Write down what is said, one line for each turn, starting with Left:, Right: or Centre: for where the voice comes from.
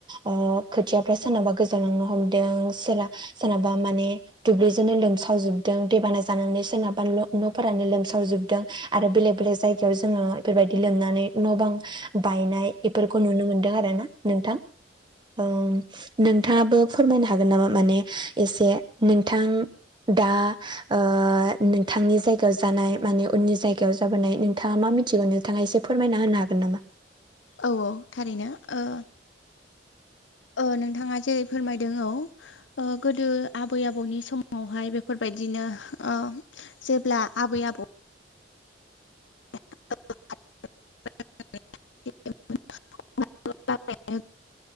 Right: ओ खोथियाफ्रा सोरनाबा गोजावलांनो हमदों सोरा सोरनाबा माने दुब्लिजोंनो लोमसावजोबदों दैेबाना जानानै सोरनाबा न' न'फोरानो लोमसावजोबदों। आरो बेलेग बेलेग जायगायाव जोङो बेबायदि लोमनानै न' बां बायनाय बेफोरखौ नुनो मोनदों आरो ना नोंथां। औ नोंथाङाबो फोरमायनो हागोन नामा माने एसे नोंथां दा ओ नोंथांनि जायगायाव जानाय माने उननि जाय। गायाव जाबोनाय नोंथाङा मा मिथिगोन नोंथाङा एसे फोरमायना होनो हागोन नामा?
Left: औ औ थारैनो ओ। ओ नोंथाङा जेरै फोरमायदों औ। ओ गोदो आबै आबौनि समावहाय बेफोरबायदिनो ओ। जेब्ला आबै आबौ। <unintelligible>